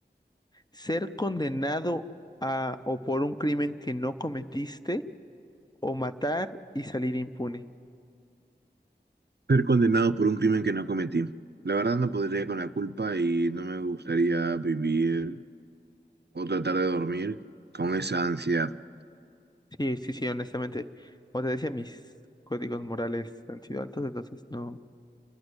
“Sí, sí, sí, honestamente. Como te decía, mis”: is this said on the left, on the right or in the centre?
Left